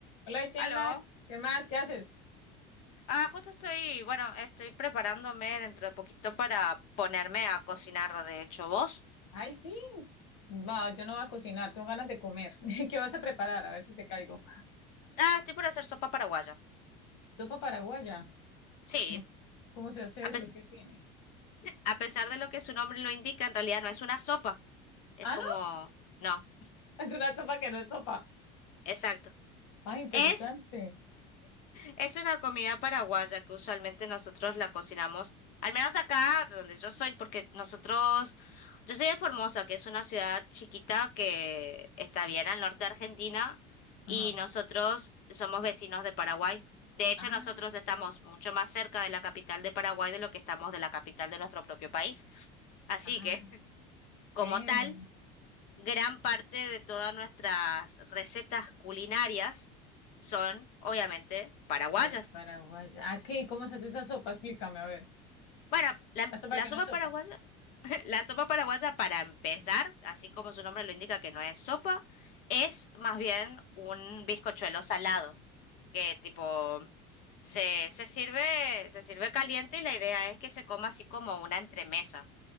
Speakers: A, on the left; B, on the left.
A: Hola, Tiana,
B: Aló.
A: ¿qué más? ¿Qué haces?
B: Ah, justo estoy, bueno, estoy preparándome dentro de poquito para ponerme a cocinar, de hecho, ¿vos?
A: Ay, sí. Va, yo no voy a cocinar, tengo ganas de comer. <laughs> ¿Qué vas a preparar? A ver si te caigo.
B: Ah, estoy por hacer sopa paraguaya.
A: Sopa paraguaya.
B: Sí,
A: No, ¿Cómo se hace
B: a
A: eso?
B: pes-
A: ¿Qué tiene?
B: a pesar de lo que su nombre lo indica, en realidad no es una sopa, es
A: Ah,
B: como,
A: no,
B: no,
A: <laughs> es una sopa que no es sopa.
B: exacto.
A: Ah, interesante.
B: Es Es una comida paraguaya que usualmente nosotros la cocinamos, al menos acá donde yo soy, porque nosotros, yo soy de Formosa, que es una ciudad chiquita que está bien al norte de Argentina,
A: Ajá.
B: y nosotros somos vecinos de Paraguay. De hecho,
A: Ah,
B: nosotros estamos mucho más cerca de la capital de Paraguay de lo que estamos de la capital de nuestro propio país. Así
A: ah,
B: que, como
A: ¿qué?
B: tal, gran parte de todas nuestras recetas culinarias son, obviamente, paraguayas.
A: De paraguaya. Ah, ¿qué? ¿Cómo se hace esa sopa? Explícame, a ver.
B: Para la,
A: La sopa
B: la
A: que
B: sopa
A: no es sopa.
B: paraguaya, <laughs> la sopa paraguaya para empezar, así como su nombre lo indica que no es sopa, es más bien un bizcochuelo salado, que tipo se, se sirve, se sirve caliente y la idea es que se coma así como una entremesa